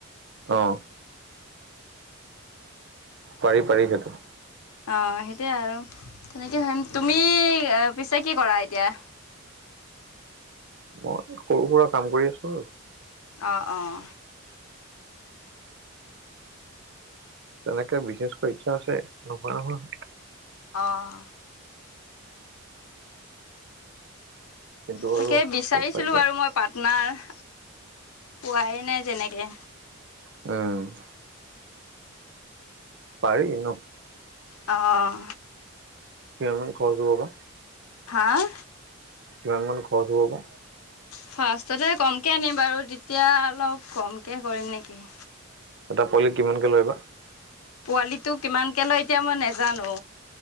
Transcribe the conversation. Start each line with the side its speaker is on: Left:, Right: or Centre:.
Right: অ'। পাৰি পাৰি সেইটো।
Left: অ' সেইটোয়ে আৰু তেনেকে হম। তুমি পিছে কি কৰা এতিয়া?
Right: মই সৰু-সুৰা কাম কৰি আছোঁ।
Left: অঁ অঁ।
Right: তেনেকে বিশেষকৈ ইচ্ছা আছে, নোহোৱা নহয়।
Left: অঁ।
Right: কিন্তু
Left: তাকে
Right: আৰু
Left: বিচাৰিছিলো
Right: ক'ত পাৰিবা
Left: বাৰু মই পাৰ্টনাৰ পোৱাই নাই তেনেকে।
Right: অ'। পাৰি ন।
Left: অঁ।
Right: কিমান মান খৰচ হব বা?
Left: হা'?
Right: কিমান মান খৰচ হ'ব বা?
Left: ফাৰ্ষ্টতে কমকৈ আনিম বাৰু! তেতিয়া অলপ কমকে কৰিম নেকি।
Right: এটা পোৱলীত কিমানকে লয় বা?
Left: পোৱালিটো কিমানকে লয় এতিয়া মই নেজানো।